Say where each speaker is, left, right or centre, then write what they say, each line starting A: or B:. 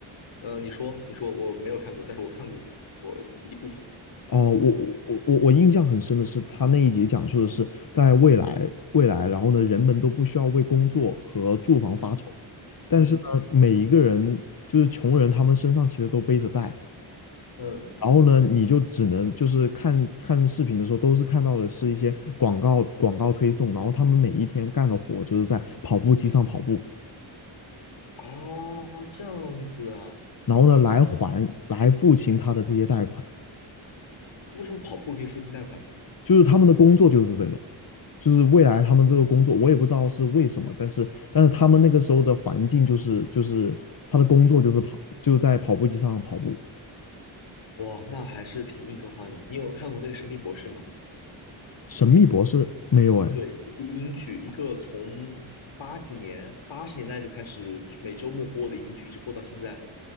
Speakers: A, on the left; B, on the left.
A: 嗯，呃你说你说我没有看过，但是我看过过一部分。
B: 哦，我我我我我印象很深的是，他那一集讲述的是在未来未来，然后呢，人们都不需要为工作和住房发愁，
A: 嗯
B: 但是呢，
A: 嗯
B: 每一个人就是穷人，他们身上其实都背着贷，
A: 嗯
B: 然后呢，你就只能就是看看视频的时候，都是看到的是一些广告广告推送，然后他们每一天干的活就是在跑步机上跑步，
A: 啊，这样子啊？
B: 然后呢，来还来付清他的这些贷款，
A: 为什么跑步可以付清贷款呢？
B: 就是他们的工作就是这个。就是未来他们这个工作，我也不知道是为什么，但是但是他们那个时候的环境就是就是他的工作就是跑，就在跑步机上跑步。
A: 哇，那还是挺硬科幻的。你有看过那个《神秘博士》吗？
B: 神秘博士没有哎，
A: 对，一个英剧，一个从八几年、八十年代就开始每周末播的英剧，一直播到现在。